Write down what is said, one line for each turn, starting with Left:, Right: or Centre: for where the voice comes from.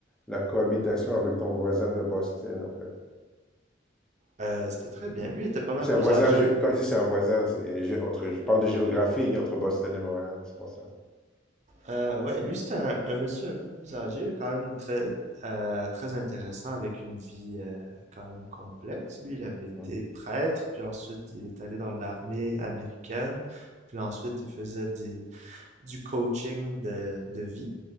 Centre: la cohabitation avec ton voisin de Boston, en fait?
Right: Euh, c'était très bien. Lui était pas mal
Centre: C'est
Right: plus
Centre: un voisin,
Right: âgé.
Centre: gé- comme je dis, c'est un voisin, c'est gé- entre, je parle de géographie, entre Boston et Montréal, c'est pour ça.
Right: Euh, ouais, lui, c'est un, un monsieur un peu plus âgé, quand même très, euh, très intéressant, avec une vie euh, quand même complexe. Lui, il avait été
Centre: Mm.
Right: prêtre, puis ensuite, il est allé dans l'armée américaine, puis ensuite, il faisait des, du coaching de, de vie